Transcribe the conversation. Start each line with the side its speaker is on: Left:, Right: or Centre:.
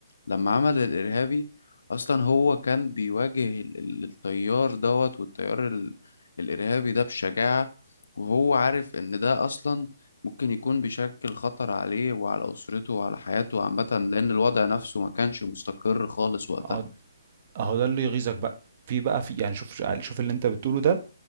Left: لما عمل الإرهابي أصلا هو كان بيواجه ال- ال- التيار دوت والتيار ال- الإرهابي ده بشجاعة وهو عارف إن ده أصلا ممكن يكون بيشكل خطر عليه وعلى أسرته وعلى حياته عامة لأن الوضع نفسه ما كانش مستقر خالص وقتها
Right: اه اهو ده اللي يغيظك بقى في بقى في يعني شوف شوف اللي انت بتقوله ده